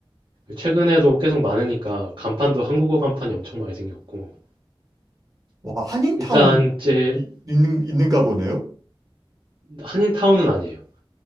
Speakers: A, on the right (about 60°); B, on the right (about 40°).
A: 최근에도 계속 많으니까 간판도 한국어 간판이 엄청 많이 생겼고,
B: 와, 한인타운이
A: 일단 제
B: 있는, 있는가 보네요.
A: 한인타운은 아니에요.